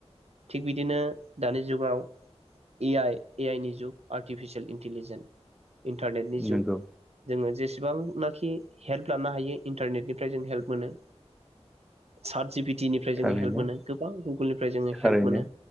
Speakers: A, on the right; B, in the centre.
A: थिग बिदिनो दानि जुगाव ए आइ ए आइ नि जुग आर्टिफिसियेल इन्टलिजेन् इन्टारनेटनि जुग
B: नंगौ
A: जोङो जेसे जेसेबां नाखि हेल्प लानो हायो इन्टारनेटनिफ्राय जों हेल्प मोनो सार्ट जि पि टि निफ्राय
B: थारैनो
A: जोङो हेल्प मोनो गोबां गुगोलनिफ्राय जोङो
B: थारैनो
A: हेल्प मोनो